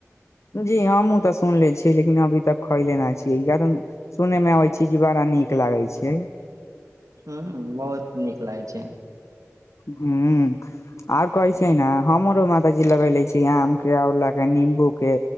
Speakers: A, on the left (about 60°); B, on the right (about 85°).
A: जी हमहु तऽ सुनले छी लेकिन अभी तक खैले न छी कि त सुनने मे अबै छी कि ब बड़ा नीक लागै छै
B: हाँ हाँ बहुत नीक लागै छै
A: ह्म आर कहै छैै ने हमरो माताजी लगेले छी आम के आंवला के नीम्बू के